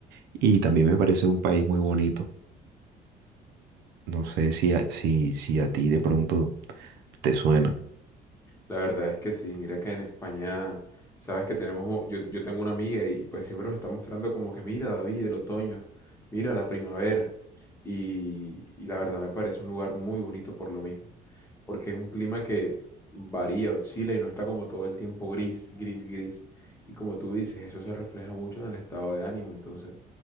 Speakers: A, on the right; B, on the left.
A: Y también me parece un país muy bonito. No sé si a, si, si a ti de pronto te suena.
B: La verdad es que sí, mira que en España, sabes que tenemos, un- yo, yo tengo una amiga y pues siempre me está mostrando como que mira David, el otoño, mira la primavera. Y, y la verdad me parece un lugar muy bonito por lo mismo, porque es un clima que varía, oscila y no está como todo el tiempo gris, gris, gris. Y como tú dices, eso se refleja mucho en el estado de ánimo, entonces